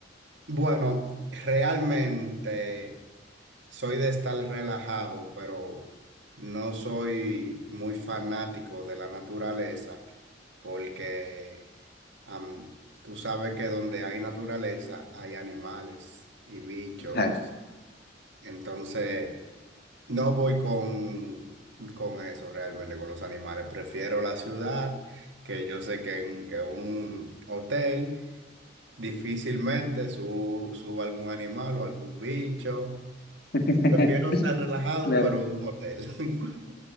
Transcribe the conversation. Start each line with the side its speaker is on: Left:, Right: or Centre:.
Right: Bueno, realmente soy de estar relajado, pero no soy muy fanático de la naturaleza porque am, tú sabes que donde hay naturaleza hay animales y bichos.
Left: Claro,
Right: Entonces... No voy con, con eso realmente, con los animales. Prefiero la ciudad, que yo sé que en que un hotel difícilmente su- suba algún animal o algún bicho.
Left: <laughs>
Right: Prefiero estar relajado,
Left: claro.
Right: pero en un hotel. <laughs>